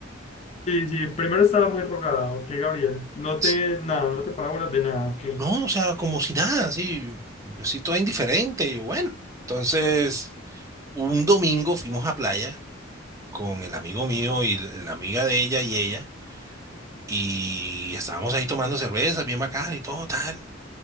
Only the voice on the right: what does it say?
<laughs>
No, o sea, como si nada, así, yo sí toda indiferente, y yo, bueno. Entonces, un domingo fuimos a playa con el amigo mío y l- la amiga de ella y ella, y estábamos ahí tomando cerveza, bien bacán y todo tal,